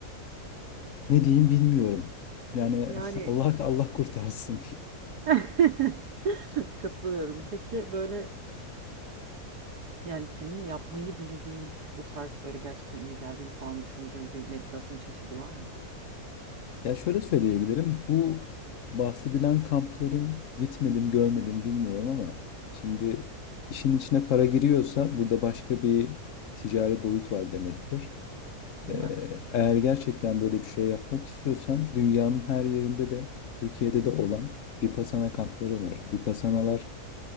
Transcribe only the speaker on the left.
ne diyeyim bilmiyorum. Yani
<laughs> Allah Allah kurtarsın.
Ya şöyle söyleyebilirim. Bu bahsedilen kampların gitmedim, görmedim bilmiyorum ama şimdi işin içine para giriyorsa burada başka bir ticari boyut var demektir.
Ee,
eğer gerçekten böyle bir şey yapmak istiyorsan dünyanın her yerinde de Türkiye'de de olan Vipassana kampları var. Vipassanalar